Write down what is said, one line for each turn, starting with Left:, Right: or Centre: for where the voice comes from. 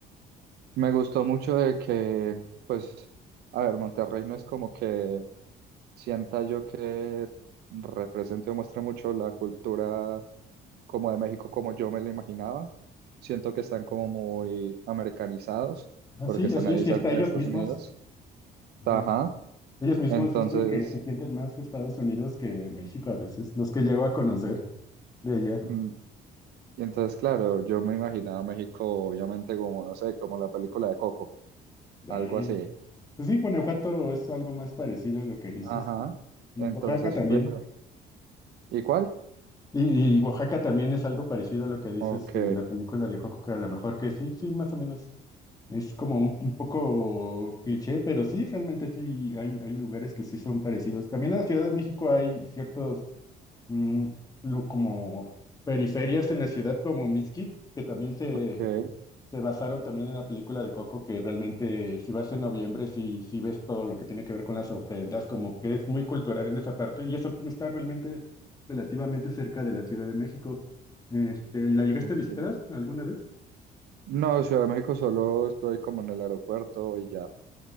Right: Me gustó mucho de que, pues, a ver, Monterrey no es como que sienta yo que represente o muestre mucho la cultura como de México, como yo me la imaginaba. Siento que están como muy americanizados,
Left: Así,
Right: porque están
Left: así
Right: ahí
Left: es,
Right: cerca
Left: y hasta ellos
Right: de Estados
Left: mismos.
Right: Unidos.
Left: Ajá.
Right: Ajá.
Left: Ellos mismos
Right: Entonces,
Left: dicen que se sienten más de Estados Unidos que de México a veces, los que llego a conocer. de allá.
Right: mm, y entonces, claro, yo me imaginaba a México, obviamente, como, no sé, como la película de Coco,
Left: Ay,
Right: algo así.
Left: pues sí, Guanajuato es algo más parecido a lo que dices
Right: Ajá.
Left: y, y
Right: Entonces
Left: Oaxaca también.
Right: fui a ver. ¿Y cuál?
Left: Y, y Oaxaca también es algo parecido a lo que dices
Right: Ok,
Left: de la película de Joco, que a lo mejor que sí, sí, más o menos. Es como un, un poco cliché, pero sí, realmente sí, hay, hay lugares que sí son parecidos. También en la Ciudad de México hay ciertos, mm, lu- como periferias en la ciudad como Mixquic, que también se,
Right: ok.
Left: se basaron también en la película de Coco, que realmente si vas en noviembre, si, si ves todo lo que tiene que ver con las ofrendas, como que es muy cultural en esa parte, y eso está realmente relativamente cerca de la Ciudad de México. Este, ¿la llegaste
Right: ok.
Left: a visitar alguna vez?
Right: No, Ciudad de México solo estoy como en el aeropuerto y ya.